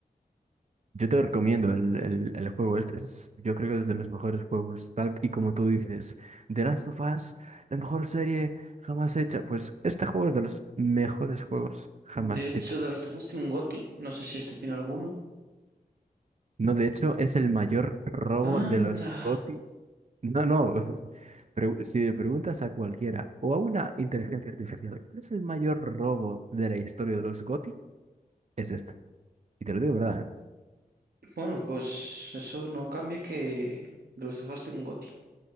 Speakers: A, on the right; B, on the right.
A: Yo te recomiendo el, el, el juego este, es- yo creo que es de los mejores juegos, tal y como tú dices, The Last of Us, la mejor serie jamás hecha, pues este juego es de los mejores juegos jamás
B: De hecho,
A: hecho.
B: The Last of Us tiene un GOTY. No sé si este tiene alguno.
A: No, de hecho, es el mayor robo
B: Anda.
A: de los GOTY No, no. <laughs> Pregu- si le preguntas a cualquiera o a una inteligencia artificial, ¿cuál es el mayor robo de la historia de los GOTY? Es este. Y te lo digo de verdad, ¿eh?
B: Bueno, pues eso no cambia que The Last of Us tiene un GOTY.